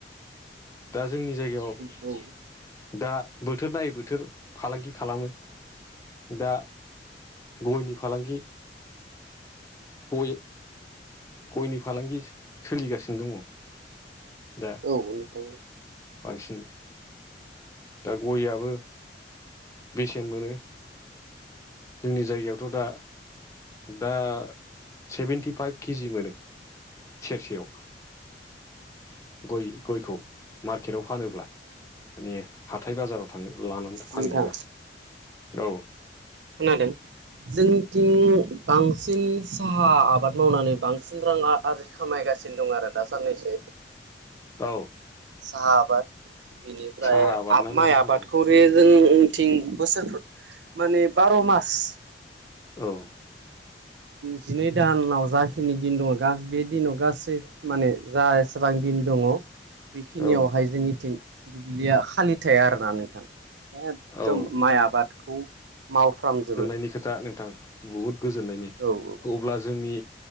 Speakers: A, on the left; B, on the right.
A: दा जोंनि जायगायाव
B: औ
A: दा बोथोर नायै बोथोर फालांगि खालामो। दा गयनि फालांगि। गय गयनि फालांगि सोलिगासिनो दङ। दा
B: औ नोंथां
A: बांसिन दा गय'आबो बेसेन मोनो। जोंनि जायगायावथ' दा दा सेभेेनटिफाइभ केजि मोनो सेरसेयाव। गय गयखौ मार्केटआव फानोब्ला माने हाथाय बाजाराव। था लानानै फानहैबा
B: नोंथां
A: गाव
B: खोनादों जोंतिनि बांसिन साहा आबाद मावनानै बांसिन रां आर आरजि खामायगासिनो दं आरो दासान्नैसो
A: औ
B: साहा आबाद बिनिफ्राय
A: साहा आबाद
B: आब
A: ना नोंथां
B: माइ आबादखौ
A: औ
B: बे जोंथिं बोसोर माने बार' मास।
A: औ
B: जिनै दानाव जाखिनि दिन दङ बे दिनाव गासै माने जा एसेबां दिन दंङ बेखिनियावहाय
A: औ
B: जोंनिथिं दुब्लिया खालि थाया आरोना नोंथां। एगदम
A: औ
B: माइ आबादखौ मावफ्रामजोबो।
A: नि खोथा नोंथां। बहुद गोजोननायनायनि
B: औ औ।
A: अब्ला जोंनि